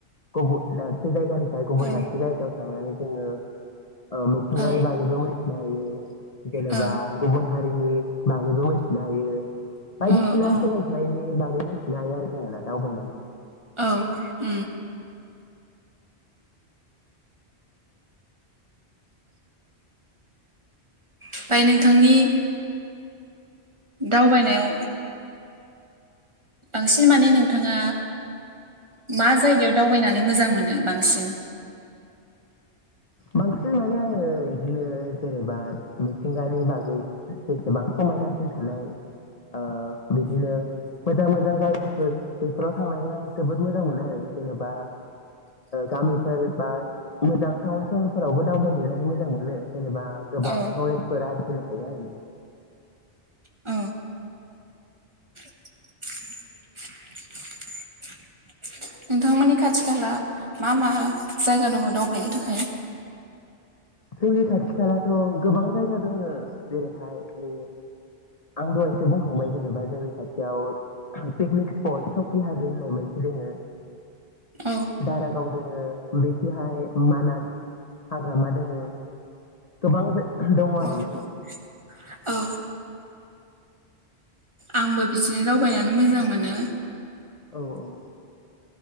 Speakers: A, on the left; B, on the right.
A: गुबुन दाबसे जायगानि फाय गुबुन
B: औ
A: दाबसे जायगायाव थांनानै जोङो ओ मिथिंगानि
B: औ
A: बागैबो मिथिनो हायो जेनेबा
B: औ
A: गुबुन हारिनि बागैबो मोनथिनो हायो। बायदिसिना
B: औ औ
A: सोलोंथाइनि बागै मोनथिनो हायो आरो जोङो दावबायनानै।
B: औ उम। ओमफाय नोंथांनि दावबायनायाव बांसिन माने नोंथाङा मा जायगायाव दावबायनानै मोजां मोनो बांसिन?
A: बांसिन माने आङो बिदिनो जेनेबा मिथिंगानि बागै जेसेबां समायनासिन थानाय अ बिदिनो मोजां मोजां जायगाफोर बेफोराव थांनानै आं जोबोद मोजां मोनो आरो जेन'बा गामिफोर बा मोजां टाउन सरफोरावबो दावबायहैनानै मोजां मोनो। जेनेबा गोबां
B: औ
A: नलेजफोर आर जिनो हायो आरोना।
B: औ। <inaudible> नोंथांमोननि खाथि खाला मा मा जायगा दङ दावबायनो थाखाय?
A: जोंनि खाथि खालाथ' गोबां जायगा दङ जेरैहाय ओ आं दहायसो बुंखांबाय जेनेबा जोंनि खाथियाव पिकनिक स्पट सकि हाजो होननाय मोनसे दङो
B: औ
A: दारागाव दोङो बेखिहाय मानास हाग्रामा दङो। गोबां दङ आरोना।
B: औ औ औ आंबो बिदिनो दावबायनानै मोजां मोनो।
A: औ औ।